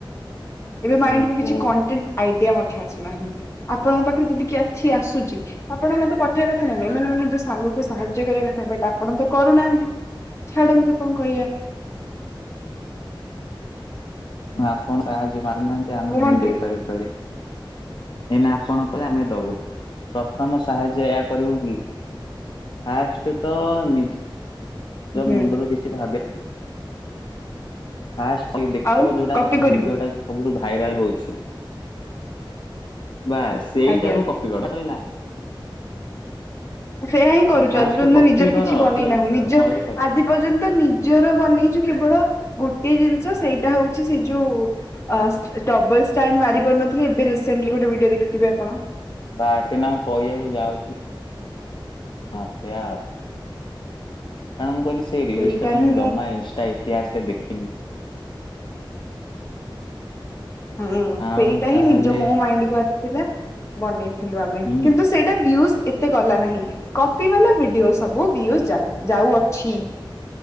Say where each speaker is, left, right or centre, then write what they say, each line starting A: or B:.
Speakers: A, on the left; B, on the left.
A: ଏବେ ମାଇଣ୍ଡକୁ
B: ଓହୋ
A: କିଛି କଣ୍ଟେନ ଆଇଡିଆ ମଧ୍ୟ ଆସୁନାହିଁ। ଆପଣଙ୍କ ପାଖରେ ଯଦି କିଏ ଅଛି ଆସୁଛି। ଆପଣ ମତେ ପଠେଇବା କଥାନା ନାଇଁ ମାନେ ନିଜ ସାଙ୍ଗକୁ ସାହାଯ୍ୟ କରିବା କଥା ବଟ ଆପଣତ କରୁନାହାନ୍ତି। ଛାଡନ୍ତୁ କଣ କହିବା?
B: ଆପଣ ସାହାଯ୍ୟ ମାଗୁନାହାନ୍ତି ଆମେ
A: କୁହନ୍ତୁ
B: କେମିତି ଦେଇପାରିବୁ କହିଲେ। ଏଇନା ଆପଣ କହିଲେ ଆମେ ଦବୁ ପ୍ରଥମ ସାହାଯ୍ୟ ଏହା କରିବୁକି। ଫାଷ୍ଟେତ ନିଜ ନିଜ
A: ହୁଁ
B: ମୁଣ୍ଡରୁ କିଛି ଭାବେ। ଫାଷ୍ଟେ ଦେଖିବ
A: ଆଉ
B: ଯୋଉଟା
A: କପି କରିବୁ
B: ଭିଡିଓଟା ସବୁଠୁ ଭାଇରାଲ ହଉଛି ବାସ ସେଇଟାକୁ
A: ଆଜ୍ଞା
B: କପିକର କଥା ସଇଲା।
A: ସେଇଆହିଁ କରୁଛୁ
B: ଫାଷ୍ଟ
A: ଆଜି ପର୍ଯ୍ୟନ୍ତ
B: କପି
A: ନିଜର କିଛି
B: କର
A: ବନେଇନାହୁଁ
B: ତୋ ଇଚ୍ଛାରୁ
A: ନିଜ
B: ମନରୁ କହିବ।
A: ଆଜି ଏପର୍ଯ୍ୟନ୍ତ ନିଜର ବନେଇଛୁ କେବଳ ଗୋଟିଏ ଜିନିଷ ସେଇଟା ହଉଛି ସେ ଯୋଉ ଆସ ଡବଲଷ୍ଟାଣ୍ଡ ମାରି ପାରୁନଥିଲି ଏବେ ରିସେଣ୍ଟଲି ଗୋଟେ ଭିଡିଓ ଦେଖିଥିବେ ଆପଣ।
B: ବାସ ସେଦିନ ମୁଁ କହିବାକୁ ଯାଉଥିଲି। ହଁ ସେଇଆ ଆଉ କାରଣ ମୁଁ କହିଲି ସେ ଏଇ ରିଲସଟାତ
A: ସେଇଟା ହିଁ
B: ମୁଁ ଜମା ଇନଷ୍ଟା ଇତିହାସରେ ଦେଖିନି।
A: ହୁଁ
B: ଆଉ
A: ସେଇଟାହିଁ
B: ତାହେଲେ
A: ନିଜ ମୋ ମାଇଣ୍ଡକୁୁ ଆସିଥିଲା ବନେଇଥିଲୁ ଆମେ
B: ହୁଁ
A: କିନ୍ତୁସୁ ସେଇଟା ଭିଉଜ ଏତେ ଗଲାନାହିଁ କପି ବାଲା ଭିଡିଓ ସବୁ ଭିଉଜ ଯାଉ ଯାଉଅଛି।